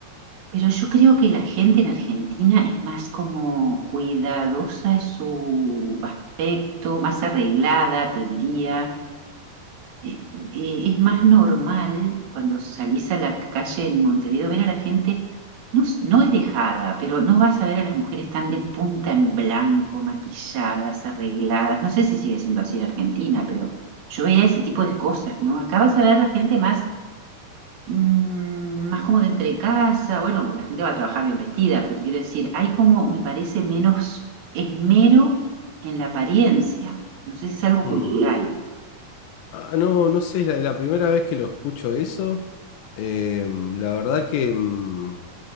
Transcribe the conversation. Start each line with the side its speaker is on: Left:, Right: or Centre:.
Right: pero yo creo que la gente en Argentina es más como cuidadosa en su aspecto, más arreglada, te diría. Eh, eh, es más normal cuando salís a la calle en Montevideo ver a la gente, no, s- no es dejada, pero no vas a ver a las mujeres tan de punta en blanco, maquilladas, arregladas. No sé si sigue siendo así en Argentina, pero yo veía ese tipo de cosas, ¿no? Acá vas a ver la gente más mm, más como de entre casa, bueno, pues, la gente va a trabajar bien vestida, pero te quiero decir, hay como, me parece, menos esmero en la apariencia. No sé si es algo
Left: Mm.
Right: cultural.
Left: Ah, no, no sé, es la, la primera vez que lo escucho eso. Eh, la verdad que mm,